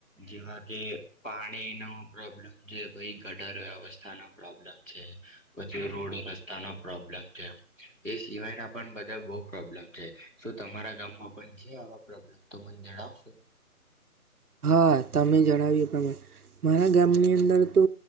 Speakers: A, in the centre; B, on the right.
A: જેવા કે પાણીનો પ્રોબ્લમ છે પહી ગટર વ્યવસ્થાનો પ્રોબ્લેમ છે. પછી રોડ રસ્તાનો પ્રોબ્લેમ છે એ સિવાયના પણ બધા બ પ્રોબ્લેમ છે શું તમારા ગામમાં પણ છે આવા પ્રોબ્લેમ તો મને જણાવશો.
B: હા તમે જણાવીએ પ્રમાણે મારા ગામની અંદર તો